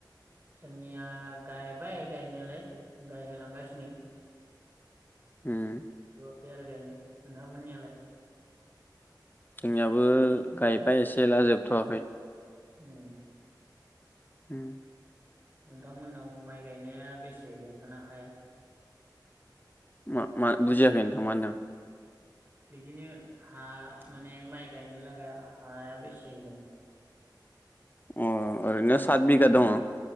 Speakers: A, on the right (about 25°); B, on the left (about 25°).
A: जोंनिया गायबाय गायनायालाय गायहोलांगासिनो।
B: उम।
A: खै आरो गायनो नोंथांमोनियालाय।
B: जोंनियाबो गायबाय एसे एला जोबथवाखै।
A: उम।
B: उम।
A: नोंथांमोननाव माइ गायनाया बेसे नोंसाना हाया।
B: मा मा बुजियाखै। <unintelligible>
A: बिदिनो हा माने माइ गायनो लागाया हाया बेसे होनदों।
B: अ ओरैनो सात बिगा दङ।